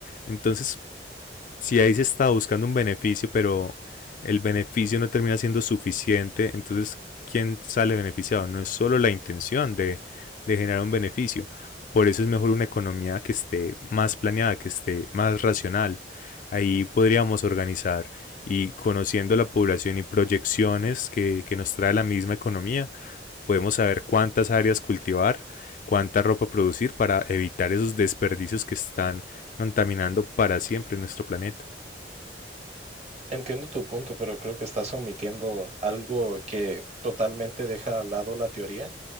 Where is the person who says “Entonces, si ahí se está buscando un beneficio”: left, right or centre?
Left